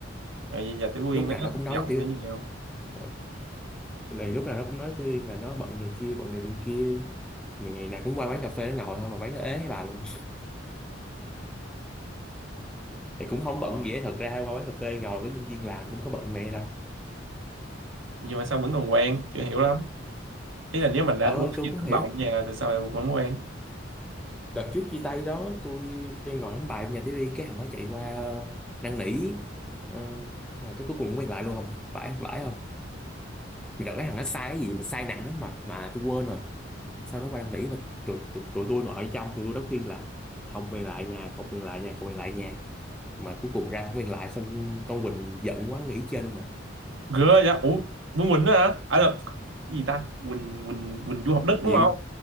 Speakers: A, on the right (about 85°); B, in the centre.
A: rồi bây giờ Tiểu Uyên
B: lúc
A: nó
B: nào
A: có
B: nó
A: thất
B: cũng nói
A: vọng
B: tôi
A: hay gì không
B: ừ. Lại lúc nào nó cũng nói tôi là nó bận này kia bận này bận kia mà ngày nào cũng qua quán cà phê nó ngồi thôi mà quán nó ế hay bà luôn thì cũng không bận gì hết thật ra qua quán cà phê ngồi với nhân viên làm cũng có bận mẹ đâu
A: nhưng mà sao vẫn còn quen chưa hiểu lắm ý là nếu mình đã
B: ờ
A: quá
B: tôi
A: nhiều
B: cũng không
A: thất
B: hiểu
A: vọng nhà thì sao lại vẫn quen
B: đợt trước chia tay đó tôi đang ngồi đánh bài ở nhà TV cái thằng nó chạy qua ờ, năn nỉ ờ, rồi cái cuối cùng cũng quen lại luôn không phải phải không đợt đấy thằng nó sai cái gì mà sai nặng lắm mà mà tôi quên rồi sau nó qua năn nỉ mà tụi tụi, tụi tôi ngồi ở trong tụi tôi đã khuyên là không quen lại nhà không quen lại nhà không quen lại nhà mà cuối cùng ra không quen lại xong con Quỳnh giận quá nghỉ chơi luôn mà
A: ghê vậy ủa Vương Quỳnh đó hả à được cái gì ta Quỳnh Quỳnh Quỳnh du học Đức
B: Diệu
A: đúng không